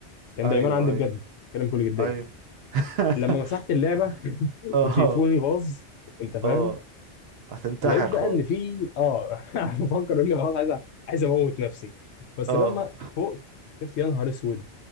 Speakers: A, on the left; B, on the right.
A: كان
B: ايوه
A: دايما عندي
B: ايوه
A: بجد كلام كل جديه
B: ايوه <laughs>
A: لما مسحت اللعبه
B: اه
A: وتليفوني باظ انت فاهم
B: اه هتنتحر
A: لقيت بقى
B: خلاص
A: ان في اه <laughs> بفكر اني خلاص عايز أ- عايز اموت نفسي بس
B: اه
A: لما فوقت شفت يا نهار اسود